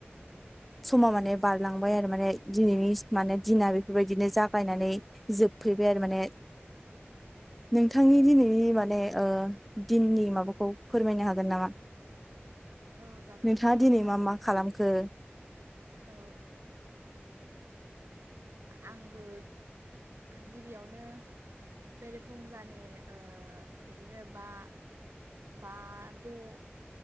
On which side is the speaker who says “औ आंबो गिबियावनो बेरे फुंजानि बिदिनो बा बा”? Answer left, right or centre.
Right